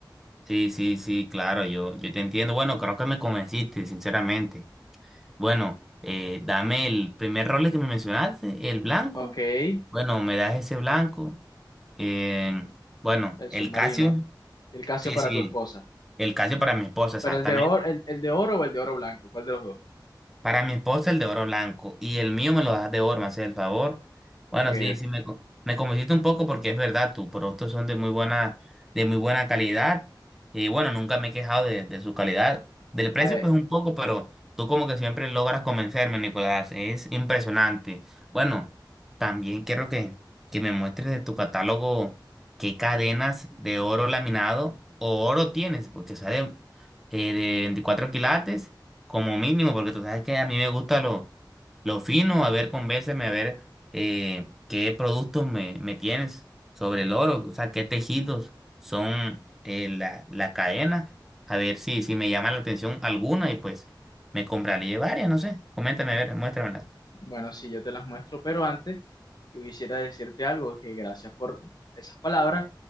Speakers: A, in the centre; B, on the left (about 60°).
A: Sí, sí, sí, claro, yo, yo te entiendo. Bueno, creo que me convenciste, sinceramente. Bueno, eh, dame el primer rol que me mencionaste, el blanco.
B: Ok, el
A: Bueno, me das ese blanco. Eh, bueno, el
B: submarino.
A: Casio.
B: Y el Casio
A: Sí,
B: para
A: sí,
B: tu esposa.
A: el Casio para mi esposa, exactamente.
B: Pero el de oro, el, el de oro o el de oro blanco, ¿cuál de los dos?
A: Para mi esposa el de oro blanco y el mío me lo das de oro, me haces el favor. Bueno,
B: Ok,
A: sí, sí, me, co- me convenciste un poco porque es verdad, tus productos son de muy buena, de muy buena calidad y bueno, nunca me he quejado de, de su calidad. Del precio
B: ok.
A: pues un poco, pero tú como que siempre logras convencerme, Nicolás, es impresionante. Bueno, también quiero que, que me muestres de tu catálogo qué cadenas de oro laminado o oro tienes, porque sale eh, de 24 quilates como mínimo, porque tú sabes que a mí me gusta lo, lo fino, a ver, convénceme, a ver eh, qué productos me, me tienes sobre el oro, o sea, qué tejidos son eh, la, la cadena, a ver si, si me llama la atención alguna y pues me compraré varias, no sé, coméntame, a ver, muéstramela.
B: Bueno, sí, yo te las muestro, pero antes... Yo quisiera decirte algo, que gracias por esas palabras